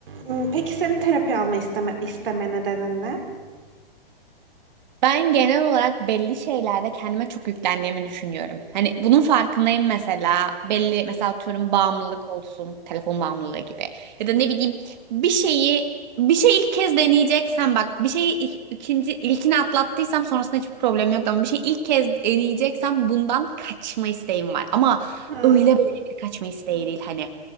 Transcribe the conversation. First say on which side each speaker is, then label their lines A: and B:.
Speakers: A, on the right; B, on the right.
A: Hmm, Peki senin terapi alma isteme, isteme nedenin ne?
B: Ben genel olarak belli şeylerde kendime çok yüklendiğimi düşünüyorum. Hani bunun farkındayım mesela. Belli mesela atıyorum bağımlılık olsun, telefon bağımlılığı gibi. Ya da ne bileyim bir şeyi bir şey ilk kez deneyeceksen bak bir şeyi ik- ikinci ilkini atlattıysam sonrasında hiçbir problem yok ama bir şey ilk kez deneyeceksem bundan kaçma isteğim var. Ama
A: Hmm,
B: öyle böyle bir kaçma isteği değil hani.